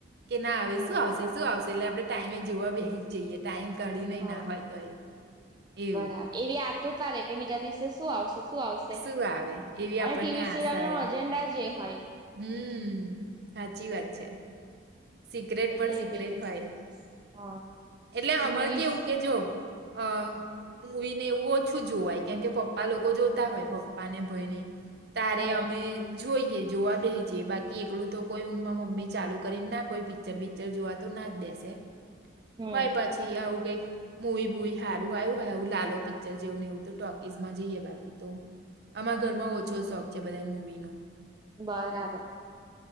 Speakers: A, on the right (about 55°); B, on the right (about 20°).
A: કે ના આવે
B: હમ
A: શું આવશે શું આવશે એટલે આપડે ટાઈમે જોવા બેહી જઈએ ટાઈમ કાઢી નહીં
B: હા
A: ના હોય તો એવું
B: બરા એવી આતુરતા રે કે બીજા દિવસે શું આવશ શું આવશે
A: શું આવે એવી
B: અને
A: આપણને
B: ટીવી
A: આશા
B: સિરિયલ નો
A: રહે
B: અજન્ડા જે હોય
A: હમ હાચી વાત છે. સિક્રેટ
B: એટલે
A: પણ સિક્રેટ
B: એ રીતે
A: હોય
B: ચાલે હા
A: એટલે
B: અને
A: અમાર
B: ટીવી
A: કેવું કે જો અ મૂવી ને એવું ઓછું જોવાય કેમ કે પપ્પા લોકો જોતા હોય પપ્પા ને ભય ને તારે
B: હમ
A: અમે જોઈએ જોવા બેહી જઈએ બાકી એકલું તો કોઈ ઊનમાં મમ્મી ચાલુ કરીને ના કોઈ પિક્ચર બિક્ચર જોવા તો ના જ બેસે
B: હમ
A: હોય પછી આવું કઈક મુઈ બુઈ હારું આયું હોય આવું લાલ પિક્ચર જેવું ને એવું તો ટોકીસમાં જઈએ બાકી તો આમા ઘરમાં ઓછો શોખ છે બધા મૂવીનો
B: બરાબર